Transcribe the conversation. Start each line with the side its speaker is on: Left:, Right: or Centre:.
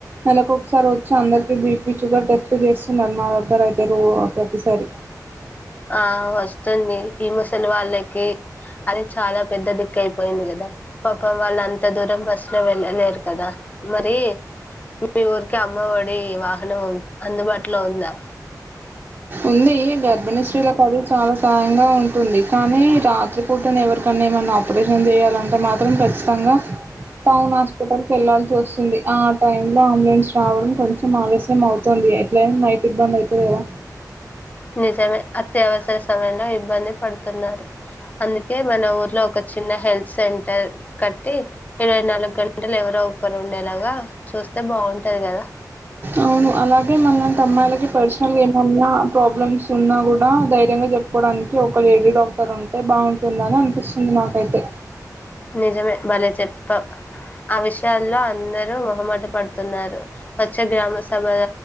Right: నెలకి ఒకసారి వచ్చా అందరు బీపీ షుగర్ టెస్టులు చేస్తున్నారు మా దగ్గర అయితే రో ప్రతిసారి
Left: ఆ వస్తుంది ఈ ముసలి వాళ్ళకి అది చాలా పెద్ద దిక్కు అయిపోయింది కదా పాపం వాళ్ళ అంత దూరం బస్ లో వెళ్ళలేరు కదా మరి మీ ఊరికే అమ్మఓడి వాహనం అందుబాటులో ఉందా
Right: ఉంది గర్భిణీ స్త్రీలా అది చాలా సహాయం యంగా ఉంటుంది కానీ రాత్రిపూటన ఎవరికన్నా ఏమన్నా ఆపరేషన్ చేయాలంటే మాత్రం ఖచ్చితంగా టౌన్ హాస్పిటల్ కి వెళ్లాల్సి వస్తుంది ఆ టైం లో అంబులెన్స్ రావడం కొంచెం ఆలస్యం అవు తోంది ఎట్లయిన నైట్ ఇబ్బంది అయితది కదా
Left: నిజమే అత్యవసర సమయంలో ఇబ్బంది పడుతున్నారు అందుకే మన ఊర్లో ఒక చిన్న హెల్త్ సెంటర్ కట్టి ఇరవై నాలుగు గంటలు ఎవరో ఒకరు ఉండేలాగా చూస్తే బాగుంటది కదా
Right: అవును అలాగే మనలాంటి అమ్మాయిలకి పర్సనల్గా ఏమన్నా ప్రాబ్లమ్స్ ఉన్నా కూడా ధైర్యంగా చెప్పుకోవడానికి ఒక లేడీ డాక్టర్ ఉంటే బాగుంటుందని అనిపిస్తుంది నాక్ అయితే
Left: నిజమే బలే చెప్పావ్ ఆ విషయాల్లో అందరూ మొహమాట పడుతున్నారు వచ్చే గ్రామ సభల